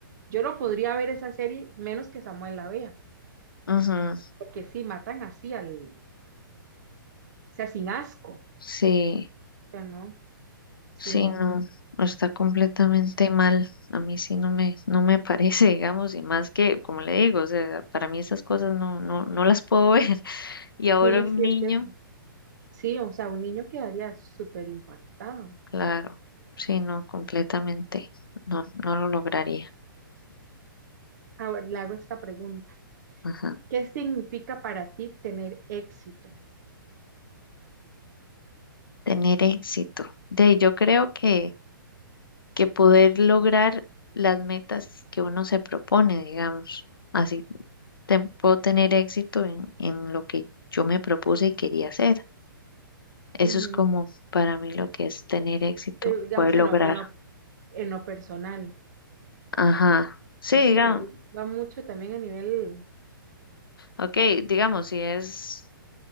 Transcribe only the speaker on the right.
yo no podría ver esa serie menos que Samuel la vea,
porque sí, matan así al, sea, sin asco, o
sea, no, sí,
no.
Sí,
sí,
es que sí, o sea, un niño quedaría súper impactado.
Ahora le hago esta pregunta.
¿Qué significa para ti tener éxito?
Ujú.
Pero, digamos,
en
lo, en lo- en lo personal.
Pues sí,
bueno, va mucho también a nivel...